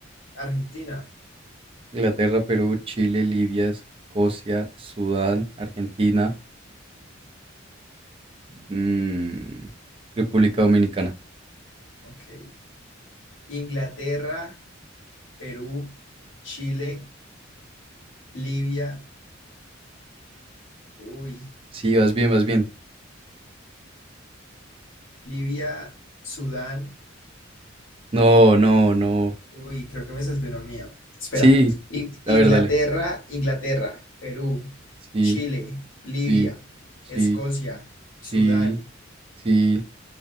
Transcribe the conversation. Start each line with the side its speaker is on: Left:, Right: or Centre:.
Left: Argentina.
Right: Inglaterra, Perú, Chile, Libia, Escocia, Sudán, Argentina, Mm, República Dominicana.
Left: Ok. Inglaterra, Perú, Chile, Libia. Uy,
Right: Sí, vas bien, vas bien.
Left: Libia, Sudán.
Right: No, no, no.
Left: Uy, creo que me salté uno mío. Espera.
Right: Sí.
Left: In-
Right: A
Left: Inglaterra,
Right: ver, dale.
Left: Inglaterra, Perú,
Right: Sí,
Left: Chile, Libia,
Right: sí, sí,
Left: Escocia,
Right: sí,
Left: Sudán,
Right: sí.